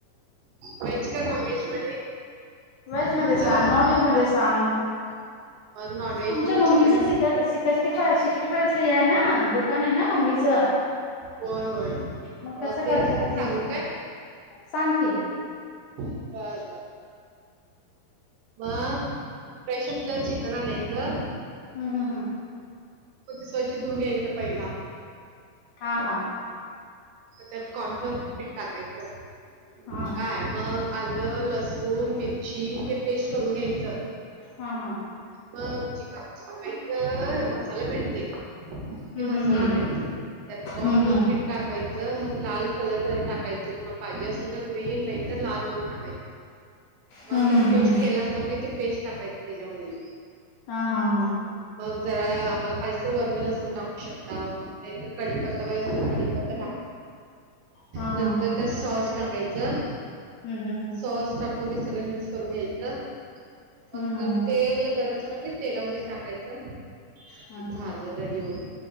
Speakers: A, on the right; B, on the left.
A: व्हेज का नॉनव्हेज मध्ये
B: व्हेज
A: कुठलं
B: मध्ये सांग नॉनव्हेज मध्ये सांग
A: मग नॉन व्हेज
B: तुमच्या
A: मध्ये
B: मम्मीच
A: चिकन
B: स सिकस्टी फा सिक्स्टी फाय च हे आहे ना? दुकान आहे ना मम्मीच
A: होय होय.
B: मग कसं
A: ते
B: कर
A: रेसिपी
B: करते
A: सांगू
B: सांग कि
A: बरं बरं मग फ्रेश असलेलं चिकन आणायचं
B: हम्म हम्म हम्म
A: स्वच्छ धुऊन घ्यायचं पहिला
B: हा हा
A: त्यात कॉर्नफ्लोर पीठ टाकायचं
B: हा
A: काय मग आलं लसूण मिरची हे पेस्ट करून घ्यायचं
B: हा हा.
A: मग चिकन सिक्स्टी फाय मसाला भेटते. ते
B: हम्म
A: मसाला
B: हम्म हम्म
A: आणायचं त्यात कॉन
B: हम्म
A: कर पीठ टाकायचं मग लाल कलर जर टाकायचं तुम्हाला पाहिजे असेल तर ग्रीन नाही तर लाल दोन टाकायचं मग
B: हम्म
A: त्यात
B: हम्म हम्म
A: पेस्ट
B: हम्म
A: केला असत नाही ते पेस्ट टाकायची त्याच्यामध्ये
B: हा हा हा
A: मग जरा आम्हाला पाहिजे असेल वरण लसूण टाकू शकता नाहीतर कडीपत्ता पाहि तर कडीपत्ता टाक
B: हा
A: नंतर
B: हा हा
A: त्या सॉस टाकायचं
B: हम्म हम् हम्
A: सॉस ते सगळ मिक्स करून घ्यायचं
B: हम्म
A: मग
B: हम्म हम्म
A: तेल गरम तेलामध्ये टाकायच
B: हम्म
A: झालं रेडी होन